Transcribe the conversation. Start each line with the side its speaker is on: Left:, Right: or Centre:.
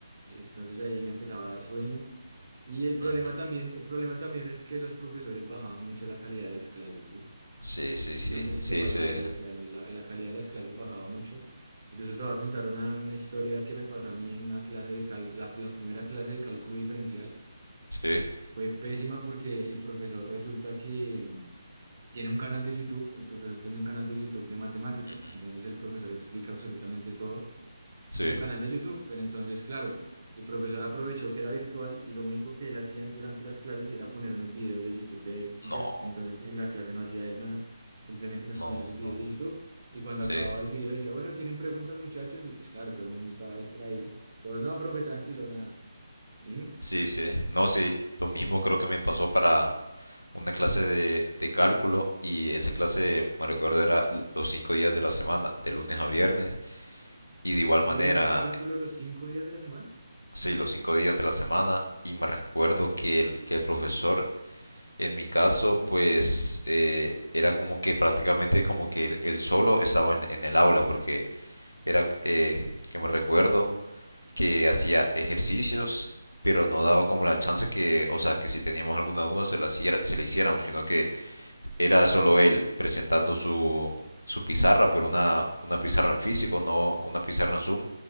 Right: entonces ahí me empezaba a dar sueño. Y el problema
Left: ujú.
Right: también, el problema también es que los profesores bajaban mucho la calidad de las clases, ¿sí?
Left: sí, sí, sí,
Right: No sé si
Left: sí,
Right: te pasó
Left: sí,
Right: así, o sea, la, la calidad de las clases bajaba mucho. Incluso te voy a contar una, una historia que me pasó a mí en una clase de cal, la, la primera clase de cálculo diferencial.
Left: sí,
Right: Fue pésima porque el profesor resulta que mm, tiene un canal de YouTube, el profesor tiene un canal de YouTube de matemáticas,
Left: Ujú.
Right: entonces el profesor explica absolutamente todo
Left: sí,
Right: en su canal de YouTube. Pero entonces, claro, el profesor aprovechó que era virtual y lo único que él hacía en- durante las clases era ponernos videos de YouTube de él y ya.
Left: No,
Right: Entonces, en la clase no hacía él nada, simplemente nos
Left: no,
Right: ponía sus videos
Left: no.
Right: de YouTube y cuando
Left: sí.
Right: acababa el video decía, bueno, ¿tienen preguntas, muchachos? Y pues claro, todo el mundo estaba distraído. Todos, no, profe, tranquilo, nada. ¿Y
Left: Sí, sí. No, sí. Lo mismo creo que me pasó para una clase de, de cálculo y esa clase, me recuerdo, era los cinco días de la semana, de lunes a viernes. Y de igual
Right: tú
Left: manera,
Right: veías cálculo los cinco días de la semana?
Left: sí, los cinco días de la semana. Y me recuerdo que el, que el profesor, en mi caso, pues eh, era como que prácticamente como que él, él solo estaba en, en el aula porque era eh, que me recuerdo que hacía ejercicios, pero no daba como la chance que, o sea, que si teníamos alguna duda se la, hiciera- se la hiciéramos, sino que era solo él presentando su, su pizarra, pero una, una pizarra en físico, no una pizarra en Zoom,